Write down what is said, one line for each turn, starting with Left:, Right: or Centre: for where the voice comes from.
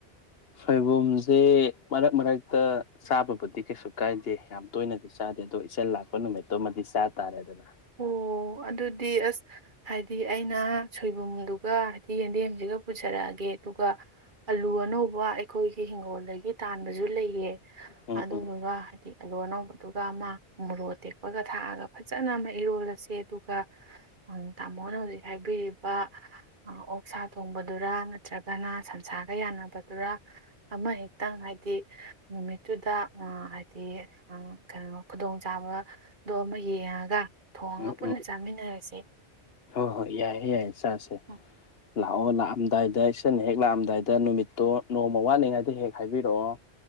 Left: ꯁꯣꯏꯕꯨꯝꯖꯦ ꯃꯔꯛ ꯃꯔꯛꯇ ꯆꯥꯕꯕꯨꯗꯤ ꯀꯩꯁꯨ ꯀꯥꯏꯗꯦ ꯌꯥꯝ ꯇꯣꯏꯅꯗꯤ ꯆꯥꯗꯦ ꯑꯗꯣ ꯏꯆꯟ ꯂꯥꯛꯄ ꯅꯨꯃꯤꯠꯇꯨꯃꯗꯤ ꯆꯥ ꯇꯥꯔꯦꯗꯅ
Right: ꯑꯣ ꯑꯗꯨꯗꯤ ꯑꯁ ꯍꯥꯏꯗꯤ ꯑꯩꯅ ꯁꯣꯏꯕꯨꯝꯗꯨꯒ ꯍꯥꯏꯗꯤ ꯌꯦꯟꯗꯦꯝꯁꯤꯒ ꯄꯨꯖꯔꯛꯑꯒꯦ ꯑꯗꯨꯒ ꯑꯂꯨ ꯑꯅꯧꯕ ꯑꯩꯈꯣꯏꯒꯤ ꯍꯤꯡꯒꯣꯜꯗꯒꯤ ꯇꯥꯟꯕꯁꯨ ꯂꯩꯌꯦ
Left: ꯎꯝ
Right: ꯑꯗꯨꯗꯨꯒ
Left: ꯎꯝ
Right: ꯍꯥꯏꯗꯤ ꯑꯂꯨ ꯑꯅꯧꯕꯗꯨꯒ ꯑꯃ ꯃꯣꯔꯣꯛ ꯑꯇꯦꯛꯄꯒ ꯊꯥꯛꯑꯒ ꯐꯖꯅ ꯏꯔꯣꯜꯂꯁꯦ ꯑꯗꯨꯒ ꯇꯥꯃꯣꯅ ꯍꯧꯖꯤꯛ ꯍꯥꯏꯕꯤꯔꯤꯕ ꯑꯣꯛ ꯁꯥ ꯊꯣꯡꯕꯗꯨꯔ ꯅꯠꯇ꯭ꯔꯒꯅ ꯁꯟꯁꯥꯒ ꯌꯥꯟꯅꯕꯗꯨꯔ ꯑꯃꯍꯦꯛꯇꯪ ꯍꯥꯏꯗꯤ ꯅꯨꯃꯤꯠꯇꯨꯗ ꯍꯥꯏꯗꯤ ꯑꯥ ꯀꯩꯅꯣ ꯈꯨꯗꯣꯡ ꯆꯥꯕꯗꯣ ꯑꯃ ꯌꯦꯡꯉꯒ ꯊꯣꯡꯉꯒ
Left: ꯎꯝ
Right: ꯄꯨꯟꯅ ꯆꯥꯃꯤꯟꯅꯔꯁꯦ
Left: ꯑ ꯍꯣꯏ ꯌꯥꯏꯌꯦ ꯌꯥꯏꯌꯦ ꯆꯥꯁꯦ
Right: <unintelligible>
Left: ꯂꯥꯛꯑꯣ ꯂꯥꯛꯑꯝꯗꯥꯏꯗ ꯏꯆꯟꯅ ꯍꯦꯛ ꯂꯥꯛꯑꯝꯗꯥꯏꯗ ꯅꯨꯃꯤꯠꯇꯣ ꯅꯣꯡꯃ ꯋꯥꯠꯂꯤꯉꯩꯗ ꯍꯦꯛ ꯍꯥꯏꯕꯤꯔꯛꯑꯣ